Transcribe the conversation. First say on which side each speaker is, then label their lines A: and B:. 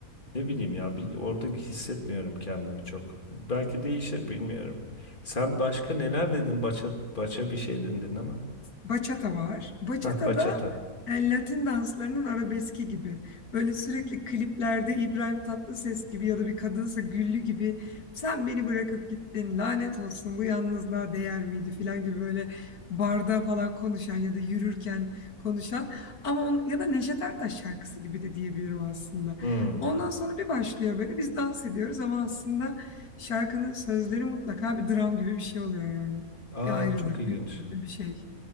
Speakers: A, on the left; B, on the left.
A: Ne bileyim ya bir orada hissetmiyorum kendimi çok. Belki değişir bilmiyorum. Sen başka neler dedin? Baça, baça bir şey dedin ama.
B: Bachata var. Bachata
A: Hah bachata.
B: da e, Latin danslarının arabeski gibi. Böyle sürekli kliplerde İbrahim Tatlıses gibi ya da bir kadınsa Güllü gibi sen beni bırakıp gittin lanet olsun bu yalnızlığa değer miydi falan gibi böyle barda falan konuşan ya da yürürken konuşan ama on, ya da Neşet Ertaş şarkısı gibi de diyebilirim aslında.
A: Hmm.
B: Ondan sonra bir başlıyor böyle biz dans ediyoruz ama aslında şarkının sözleri mutlaka bir dram gibi bir şey oluyor yani.
A: Aa
B: Bir ayrılık,
A: çok ilginç.
B: bir, bir şey.